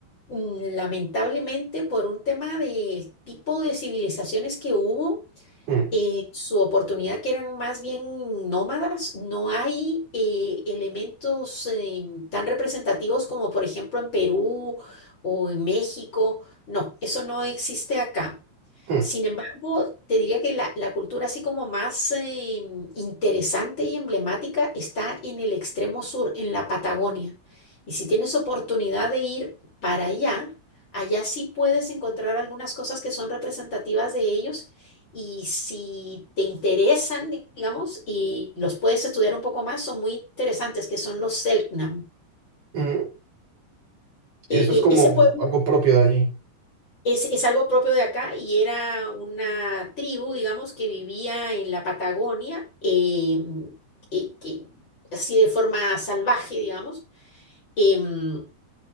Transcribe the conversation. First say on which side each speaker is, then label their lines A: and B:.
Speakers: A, on the left; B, on the right.
A: mm, lamentablemente por un tema del tipo de civilizaciones que hubo,
B: Mm,
A: eh, su oportunidad, que eran más bien nómadas, no hay eh, elementos eh, tan representativos como por ejemplo en Perú o en México. No, eso no existe acá.
B: mm,
A: Sin embargo, te diría que la, la cultura así como más eh, interesante y emblemática está en el extremo sur, en la Patagonia. Y si tienes oportunidad de ir para allá, allá sí puedes encontrar algunas cosas que son representativas de ellos. Y si te interesan, digamos, y los puedes estudiar un poco más, son muy interesantes, que son los Selknam.
B: mm. Y
A: E-
B: eso
A: e-
B: es como
A: ese pueblo
B: algo propio de allí.
A: Es, es algo propio de acá y era una tribu, digamos, que vivía en la Patagonia, em, que- que- así de forma salvaje, digamos. em,